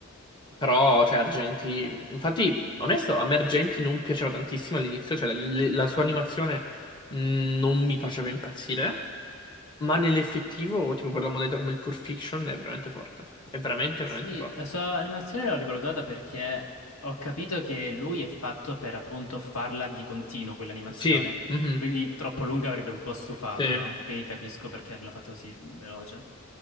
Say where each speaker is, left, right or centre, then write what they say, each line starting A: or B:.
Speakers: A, on the left; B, on the left.
A: Però, cioè, Argenti, infatti, onesto, a me Argenti non piaceva tantissimo all'inizio, cioè la, le- la sua animazione mh, non mi faceva impazzire, ma nell'effettivo, tipo per la modalità come il Pulp Fiction, è veramente forte, è veramente, veramente
B: Sì,
A: forte.
B: la sua animazione l'ho rivalutata perché ho capito che lui è fatto per appunto farla di continuo quell'animazione.
A: Sì, mhm,
B: Quindi troppo lunga avrebbe un po' stufato,
A: sì.
B: no? Quindi capisco perché abbiano fatto così veloce.